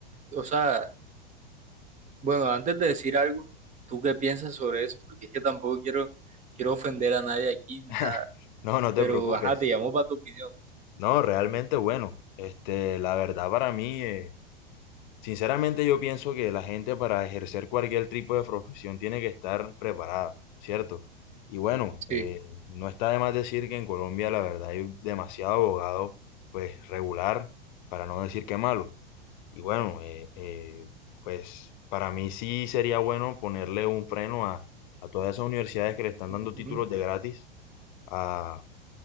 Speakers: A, on the right; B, on the left.
A: O sea, bueno, antes de decir algo, ¿tú qué piensas sobre eso? Porque es que tampoco quiero, quiero ofender a nadie aquí ni
B: <laughs>
A: nada.
B: No, no te
A: Pero,
B: preocupes.
A: ajá, te llamo para tu opinión.
B: No, realmente bueno. Este, la verdad para mí. eh, Sinceramente yo pienso que la gente para ejercer cualquier tipo de profesión tiene que estar preparada, ¿cierto? Y bueno,
A: Sí.
B: eh, no está de más decir que en Colombia la verdad hay demasiado abogado, pues regular, para no decir que malo. Y bueno, eh, eh, pues para mí sí sería bueno ponerle un freno a, a todas esas universidades que le están
A: Ujú.
B: dando títulos de gratis a,